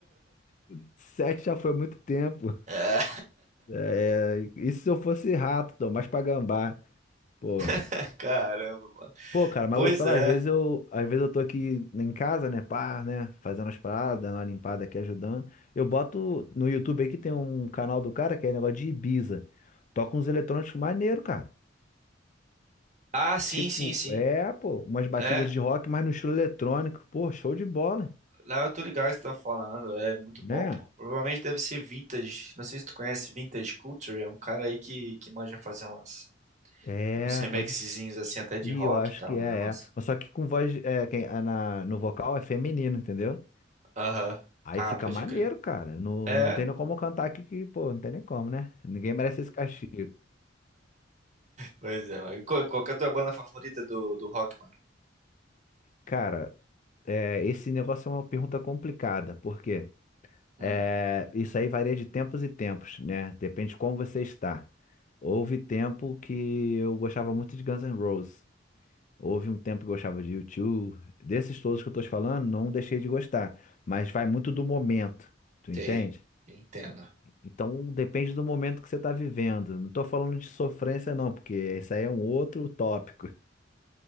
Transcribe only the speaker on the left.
<laughs> Sete já foi muito tempo.
É, isso se eu fosse rato, então, mas pra gambá, pô.
Pô, cara, mas
eu vou te falar,
às vezes eu, às vezes eu tô aqui em casa, né, pá, né, fazendo as paradas, dando uma limpada aqui, ajudando. Eu boto no YouTube aí que tem um canal do cara que é negócio de Ibiza. Toca uns eletrônicos maneiro, cara.
Tipo,
é, pô, umas batidas
de rock, mas no estilo eletrônico. Pô, show de bola,
né?
É,
pode ser.
Ih,
eu acho
que é,
é. Mas só que com voz, é, quem, é na, no vocal é feminino, entendeu?
Aí
fica
maneiro,
cara. Não,
não tem nem como cantar aqui que, pô, não tem nem como, né? Ninguém merece esse castigo.
Cara, é, esse negócio é uma pergunta complicada, porque
é, isso aí varia de tempos e tempos, né? Depende de como você está. Houve tempo que eu gostava muito de Guns N' Roses. Houve um tempo que eu gostava de U2. Desses todos que eu tô te falando, não deixei de gostar. Mas vai muito do momento, tu entende?
Então depende do momento que você está vivendo. Não estou falando de sofrência, não, porque isso aí é um outro tópico.